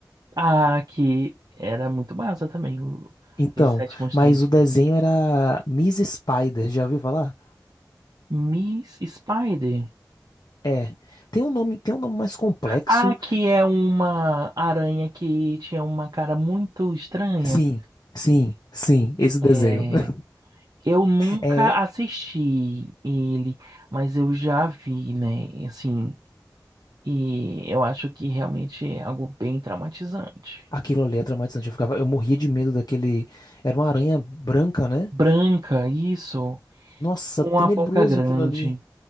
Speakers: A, on the right; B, on the left.
A: Ah, que era muito massa também, o-
B: Então,
A: os sete monstrinhos.
B: mas o desenho era Miss Spider, já ouviu falar?
A: Miss Spider.
B: É. Tem um nome, tem um nome mais complexo,
A: Ah, que é uma aranha que tinha uma cara muito estranha.
B: Sim, sim, sim, esse desenho.
A: É,
B: <laughs>
A: eu nunca
B: É,
A: assisti ele, mas eu já vi, né? Assim, e eu acho que realmente é algo bem traumatizante.
B: aquilo ali é traumatizante. Eu ficava, eu morria de medo daquele. Era uma aranha branca, né?
A: Branca, isso,
B: Nossa,
A: com
B: tenebroso
A: a boca grande.
B: aquilo ali.